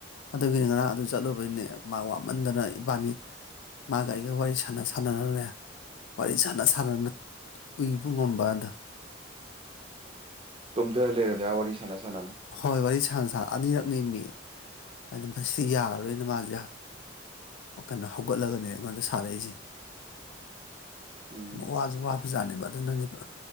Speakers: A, on the left (about 80°); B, on the right (about 30°).
A: ꯑꯗꯨꯒꯤꯅꯤ ꯉꯔꯥꯡ ꯑꯗꯨ ꯆꯠꯂꯨꯕꯩꯅꯦ ꯃꯥ ꯋꯥꯃꯟꯗꯅ ꯏꯕꯥꯅꯤ ꯃꯥꯒ ꯑꯩꯒ ꯋꯥꯔꯤ ꯁꯥꯟꯅ ꯁꯥꯟꯅꯔꯨꯔꯦ ꯋꯥꯔꯤ ꯁꯥꯟꯅ ꯁꯥꯟꯅꯅ ꯎꯏꯕ ꯉꯝꯕ ꯑꯗ
B: ꯇꯣꯝꯇ ꯂꯩꯔꯝꯃꯤꯌꯥ ꯋꯥꯔꯤ ꯁꯥꯟꯅ ꯁꯥꯟꯅꯕ
A: ꯍꯣꯏ ꯋꯥꯔꯤ ꯁꯥꯅ ꯑꯅꯤꯔꯛꯅꯤ ꯃꯤ ꯑꯗꯨꯗꯤ ꯃꯁꯤꯗꯤ ꯌꯥꯔꯔꯣꯏꯅ ꯃꯥꯁꯦ ꯀꯩꯅꯣ ꯍꯧꯒꯠꯂꯒꯅꯦ ꯑꯩꯉꯣꯟꯗ ꯁꯥꯔꯛꯏꯁꯦ
B: ꯎꯝ
A: ꯋꯥꯁꯨ ꯋꯥꯕꯖꯥꯠꯅꯦꯕ ꯑꯗꯨꯅꯅꯦꯕ